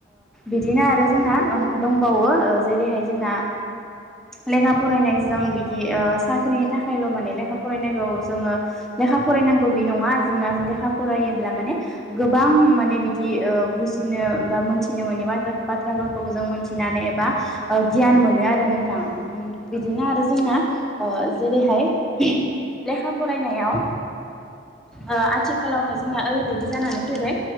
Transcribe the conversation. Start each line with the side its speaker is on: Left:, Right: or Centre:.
Centre: बिदिनो आरो
Left: औ
Centre: जोंना
Left: नंगौ
Centre: दंबावो ओ जेरैहाय जोंना लेखा फरायनायजों बिदि साख्रिनि थाखायल' माने लेखा फरायनायखौ जोङो लेखा फरायनांगौ बे नङा जोंना जे लेखा फरायोब्ला माने गोबां माने बिदि बुजिनो बा मोनथिनो मोननि बाथ बाथ्राफोरखौ जों मोनथिनानै एबा गियान मोनो आरो नोंथां।
Left: औ
Centre: बिदिनो आरो जोंना ओ जेरैहाय लेखा फरायनायाव आथिखालावहाय जोंना ओरैबायदि जानानै फैबाय